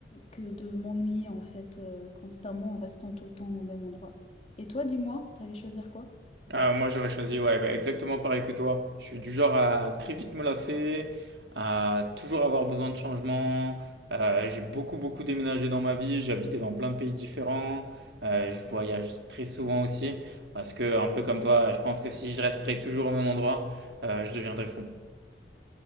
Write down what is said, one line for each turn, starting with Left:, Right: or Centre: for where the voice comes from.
Left: que de m'ennuyer en fait euh, constamment en restant tout le temps au même endroit. Et toi, dis-moi, t'allais choisir quoi?
Right: Ah, moi, j'aurais choisi, ouais, bah, exactement pareil que toi. Je suis du genre à très vite me lasser, à toujours avoir besoin de changement. Euh, j'ai beaucoup, beaucoup déménagé dans ma vie. J'ai habité dans plein de pays différents. Euh, je voyage très souvent aussi. Parce que, un peu comme toi, je pense que si je resterais toujours au même endroit, euh, je deviendrais fou.